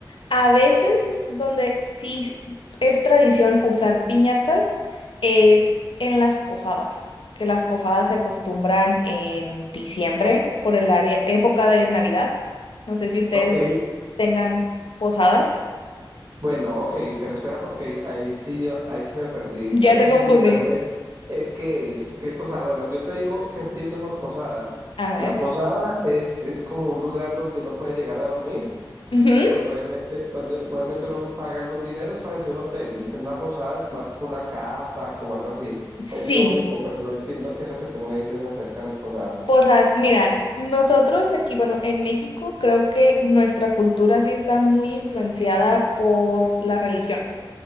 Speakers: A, on the left; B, on the right.
A: a veces, donde sí es tradición usar piñatas, es en las posadas, que las posadas se acostumbran en diciembre por el área, época de Navidad. No sé si ustedes
B: Ok,
A: tengan posadas.
B: bueno, ok, pero espera porque ahí sí yo, ahí sí me perdí.
A: Ya
B: Debes
A: te confundí.
B: explicarles eh, qué es, qué es posada. Bueno, yo te digo que entiendo por posada.
A: A ver.
B: La posada es, es como un lugar donde uno puede llegar a dormir,
A: Ujú.
B: pues obviamente, donde obviamente uno paga algún dinero, es parecido a un hotel, pero una posada es más como una casa, como algo así.
A: Sí,
B: Es lo único, pero no entiendo qué es lo que tú me dices acerca de las posadas.
A: posadas. Mira, nosotros aquí, bueno, en México creo que nuestra cultura sí está muy influenciada por la religión.